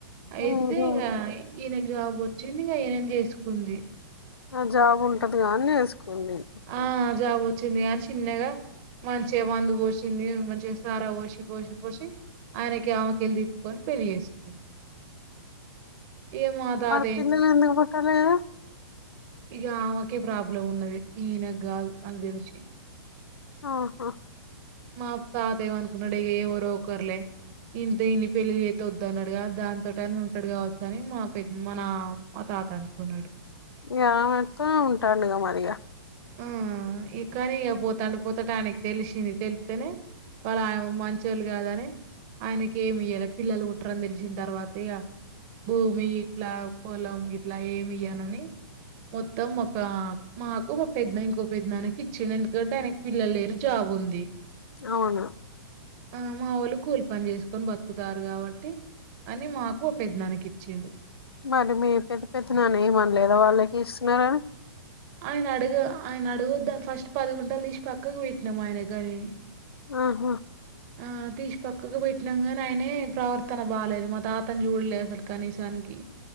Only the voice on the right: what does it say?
అయితే
ఇగ ఈనకి జాబ్ వచ్చింది. ఇగ ఈనని చేసుకుంది.
ఆ జాబ్ వచ్చింది గా అని చిన్నగా మంచిగా. మందు పోసింది మంచిగా సారా పోసి పోసి పోసి ఆయనకి ఆమెకేళ్ళి తిప్పుకొని పెళ్లి చేసుకుంది. ఇగ మా తాత
ఇగ ఆమెకే ప్రాబ్లం ఉన్నది. ఈనక్ గాద్ అని తెలిసీ
మా తాత ఏమనుకున్నాడు ఇగ ఎవరో ఒకర్లే ఇంత ఇన్ని పెళ్లిలు చేతా వద్దున్నాడుగా. దాన్ తోటి అన్న ఉంటాడు కావచ్చ అని మా పెద్ద మన మా తాత అనుకున్నాడు.
ఆహ్ ఇగ్ కానీ ఇగా పోతాండు పోతంటే ఆయనకి తెలిసింది. తెలితేనే వాళ్ళ ఆయన మంచి వాళ్ళు కాదని. ఆయనకి ఏమి ఇయ్యాలే పిల్లలు పుట్టారని తెలిసిన తర్వాత ఇగ భూమి ఇట్లా, పొలం గిట్లా ఏమి ఇయ్యానని మొత్తం ఒక మాకు పెద్నయన ఇంకో పెద్నానికి ఇచిండు ఎందుకంటే ఆయనకి పిల్లలు లేరు జాబ్ ఉంది.
ఆ మా వొళ్ళు కూలి పని చేసుకొని బతుకుతారు కాబట్టి. అని మాకు ఒక పెద్నానక్ ఇచ్చిండు.
ఆయన అడుగ ఆయన అడగొద్దా. ఫస్ట్ పదిగుంటలు తీసి పక్కకు పెట్టినాము ఆయన కనీ
ఆ తీసి పక్కకు పెట్నాం గాని ఆయనే ప్రవర్తన బాలేదు. మా తాతను చూడలే అసలు కనీసానికి